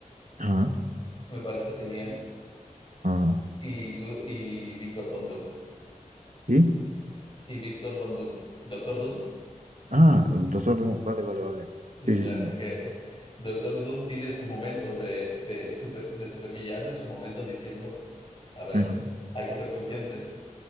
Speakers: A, on the right; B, on the left.
A: Ajá,
B: me parece genial
A: ajá.
B: y, Du- y Víctor Von Doom.
A: ¿Y?
B: Y Víctor Von Doom, Doctor Doom,
A: Ah, Doctor Doom, vale, vale, vale.
B: ya,
A: Sí, sí, sí.
B: es que Doctor Doom tiene sus momentos de, de, super, de supervillano y sus momentos diciendo, a ver,
A: Ajá,
B: hay que ser conscientes,